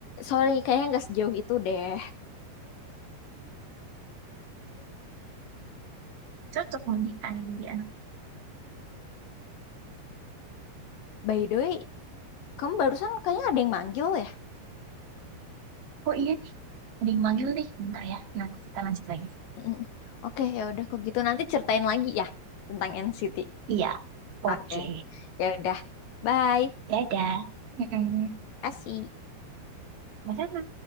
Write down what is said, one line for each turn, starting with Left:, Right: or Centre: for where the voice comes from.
Left: sorry, kayaknya nggak sejauh itu deh.
Right: cocok menjadi ayah dari anak
Left: By the way, kamu barusan kayaknya ada yang manggil ya?
Right: oh iya nih ada yang manggil nih bentar ya nanti kita lanjut lagi
Left: Mm, Oke, ya udah kok gitu nanti ceritain lagi ya tentang NCT.
Right: iya oke
Left: Oke, ya udah, bye,
Right: dadah Mm-mm.
Left: kasih.
Right: sama